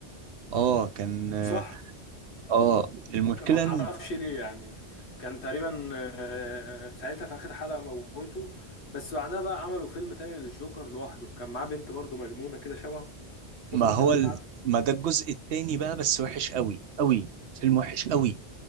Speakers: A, on the right (about 80°); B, on the left (about 75°).
A: اه كان اه
B: صح
A: آه، المشكلة
B: ما
A: إن
B: اعرفش ليه يعني كان تقريبا آه، ساعتها في اخر حلقة موته بس بعدها بقى عملوا فيلم تاني للجوكر لوحده كان معاه بنت برضه مجنونة كده شبهه شفت
A: ما هو
B: انت البتاع
A: ال...
B: ده
A: ما ده الجزء التاني بقى بس وحش قوي قوي فيلم وحش قوي